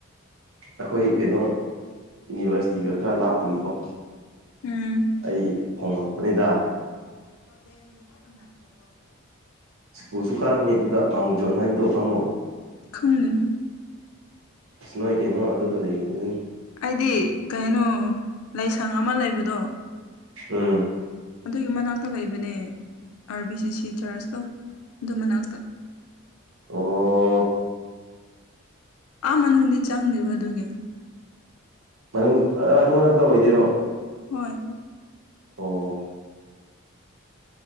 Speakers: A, on the right (about 70°); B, on the left (about 85°).
A: ꯑꯩꯈꯣꯏ ꯀꯩꯅꯣ ꯌꯨꯅꯤꯚꯔꯁꯤꯇꯤꯒ ꯈꯔ ꯂꯥꯞꯄꯒꯤꯀꯣ
B: ꯎꯝ
A: ꯑꯩ ꯍꯣꯡꯂꯛꯄꯅꯤꯗ
B: ꯆ ꯀꯗꯗꯕ ꯅꯅꯥ ꯀꯣ ꯀꯧꯗ
A: ꯁ꯭ꯀꯨꯜꯁꯨ ꯀꯥꯔꯝꯃꯤ ꯑꯗꯨꯗ ꯃꯥꯎꯡ ꯖꯣꯟ ꯍꯥꯏꯕꯗꯣ ꯈꯪꯕ꯭ꯔꯣ
B: ꯈꯪꯗꯦ
A: ꯑꯁ ꯅꯣꯏ ꯀꯩꯅꯣ ꯑꯗꯨꯗ ꯂꯩꯕꯗꯨꯅꯤ
B: ꯑꯩꯗꯤ ꯀꯩꯅꯣ ꯂꯁꯪ ꯑꯃ ꯂꯩꯕꯗꯣ
A: ꯎꯝ
B: ꯑꯗꯨꯒꯤ ꯃꯅꯥꯛꯇ ꯂꯩꯕꯅꯦ ꯑꯥꯔ ꯕꯤ ꯁꯤ ꯁꯤ ꯆꯔꯁꯇꯣ ꯑꯗꯨ ꯃꯅꯥꯛꯇ
A: ꯑꯣ
B: ꯑꯥ ꯃꯅꯨꯡꯗꯤ ꯆꯪꯗꯦꯕ ꯑꯗꯨꯒꯤ
A: ꯃꯅꯨꯡ ꯑꯗꯨ ꯃ ꯅꯛꯇ ꯑꯣꯏꯗꯣꯏꯔꯣ
B: ꯍꯣꯏ
A: ꯑꯣ